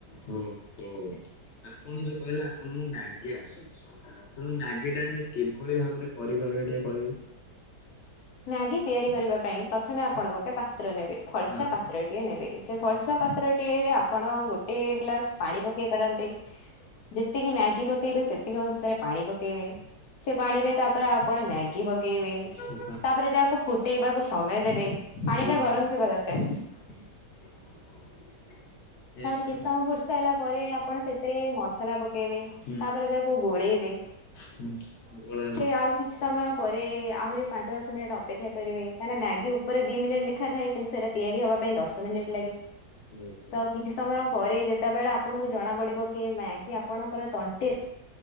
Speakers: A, on the left; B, on the left.
A: ହଁ। <inaudible> ଓ ହୋ ଆପଣ ଯୋଉ କହିଲେ ଆପଣଙ୍କୁ ମ୍ୟାଗି ଆସୁଛି ତେଣୁ ମ୍ୟାଗି ଟା ଆମେ କିଭଳି ଭାବରେ କରିପାରିବା ଟିକେ କହିବେ?
B: ମ୍ୟାଗି ତିଆରି କରିବା ପାଇଁ ପ୍ରଥମେ ଆପଣ ଗୋଟେ ପାତ୍ର ନେବେ ଫର୍ଚା
A: ହଁ
B: ପାତ୍ରଟିିଏ ନେବେ। ସେ ଫରଚା
A: ଆଜ୍ଞା
B: ପାତ୍ର ଟିଏ। ଆପଣ ଗୋଟେ ଗ୍ଲାସ ପାଣି ପକେଇ ପାରନ୍ତି ଯେତିକି ମାଗି ପକେଇବେ ସେତିକି ଅନୁସାରେ ପାଣି ପକେଇବେ ସେ ପାଣିରେ ତାପରେ ଆପଣ ମ୍ୟାଗି ପକେଇବେ।
A: ହଁ
B: ତାପରେ ତାକୁ ଫୁଟେଇବାକୁ ସମୟ ଦେବେ
A: ହଁ
B: ପାଣି ଟା ଗରମ ଥିବା ଦରକାର।
A: <inaudible> ଏହାପରେ
B: ତାପରେ କିଛି ସମୟ ବଡି ସାରିଲା ପରେ ଆପଣ ସେଥିରେ ମସଲା ପକେଇବେ
A: ହୁଁ
B: ତାପରେ ତାକୁ ଗୋଳେଇବେ। ହେ <inaudible>
A: <unintelligible>
B: ଆଉ କିଛି ସମୟ ପରେ ଆହୁରି ପାଞ୍ଚ ମିନିଟ ଅପେକ୍ଷା କରିବ କାହିଁକ ନା ମ୍ୟାଗି ଉପରେ ଦି ମିନିଟ ଲେଖା ଥାଏ। କିନ୍ତୁ ସେଟା ତିଆରି ହବା ପାଇଁ ଦଶ ମିନିଟ୍ ଲାଗେ।
A: ହୁଁ। <inaudible>
B: ତ କିଛି ସମୟ ପରେ ଯେତେବେଳେ ଆପଣଙ୍କୁ ଜଣା ପଡିବ କି ମ୍ୟାଗି ଆପଣଙ୍କର ତଣ୍ଟି